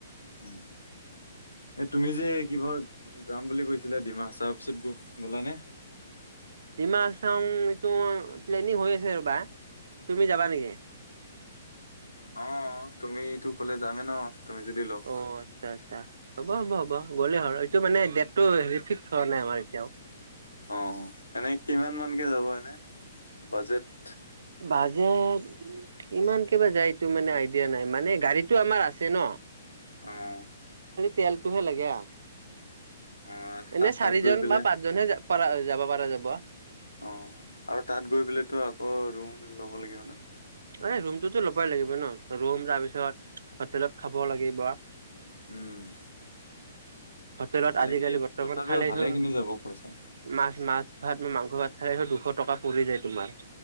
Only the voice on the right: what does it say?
ডিমা চাং এইটো প্লেনিং হৈ আছে। ৰবা তুমি যাবা নেকি? <unintelligible>
অ আচ্ছা আচ্ছা। হ'ব হ'ব হ'ব গ'লেই হ এইটো মানে দেটটো হ ফিকস হোৱা নাই আমাৰ এতিয়াও-
বাজে- ইমান কেইিবা যায় এইটো মানে আইডিয়া নাই মানে গাড়ীতটো আমাৰ আছে। ন
তেলতটোহে লাগে আৰু-
এনেই চাৰিজন
বা পাঁচজনহে প যাব পাৰা যাব।
এ ৰুমটোতো ল'বই লাগিব ন ৰুম তাৰ পিছত হোটেলত খাব লাগিব।
হোটেলত
আজিকালি বৰ্তমান
খালেই
হোন
মাছ, মাছ ভাত ম মাংস, ভাত, খাই দুশ টকা পৰি যায়। তোমাৰ